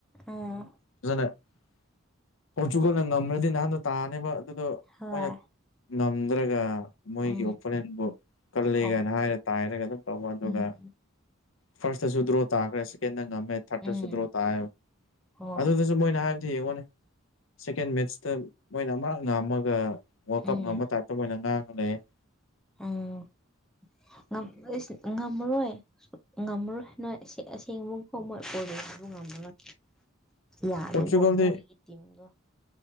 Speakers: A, in the centre; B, on the left.
A: ꯎꯝ
B: <inaudible> ꯄꯣꯔꯆꯨꯒꯜꯅ ꯉꯝꯃ꯭ꯔꯗꯤ ꯅꯍꯥꯟꯗꯣ ꯇꯥꯅꯦꯕ ꯑꯗꯨꯗꯣ
A: ꯍꯣꯏ
B: ꯃꯣꯏꯅ ꯉꯝꯗ꯭ꯔꯒ ꯃꯣꯏꯒꯤ
A: ꯎꯝ
B: ꯑꯣꯄꯣꯅꯦꯟꯕꯨ ꯀꯜꯂꯦꯒꯥꯏ
A: ꯑꯣ
B: ꯍꯥꯏꯔ ꯇꯥꯏꯔꯒ ꯑꯗꯨꯝ ꯇꯧꯕ ꯑꯗꯨꯒ
A: ꯎꯝ
B: ꯐꯥꯔꯁꯇꯁꯨ ꯗ꯭ꯔꯣ ꯇꯥꯈ꯭ꯔꯦ ꯁꯦꯀꯦꯟꯗ ꯉꯝꯃꯦ ꯊꯥꯔꯗꯠꯇꯁꯨ
A: ꯎꯝ
B: ꯗ꯭ꯔꯣ ꯇꯥꯑ
A: ꯍꯣꯏ
B: ꯑꯗꯨꯗ ꯃꯣꯏꯅ ꯍꯥꯏꯕꯗꯣ ꯌꯦꯡꯉꯣꯅꯦ ꯁꯦꯀꯦꯟ ꯃꯦꯠꯁꯇ ꯃꯣꯏꯅ ꯑꯃꯥꯔꯛ ꯉꯝꯃꯒ ꯋꯥꯀꯞ
A: ꯎꯝ
B: ꯉꯝꯕ ꯇꯥꯏꯇ ꯃꯣꯏꯅ ꯉꯥꯡꯉ ꯂꯩ <inaudible>
A: ꯎꯝ ꯉꯝ ꯏꯁ ꯉꯝꯃꯔꯣꯏ ꯉꯝꯃꯔꯣꯏ ꯅꯣꯏ ꯑꯁꯦꯡꯕꯈꯣꯡ ꯃꯣꯏ ꯀꯣꯏꯕꯨ ꯉꯝꯃꯔꯣꯏ ꯌꯥꯔꯦꯕꯣ
B: ꯄꯣꯔꯆꯨꯒꯜꯗꯤ
A: ꯃꯣꯏꯒꯤ ꯇꯤꯝꯗꯣ